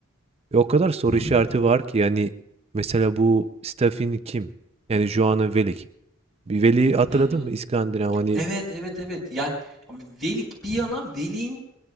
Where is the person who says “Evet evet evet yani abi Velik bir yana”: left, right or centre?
Centre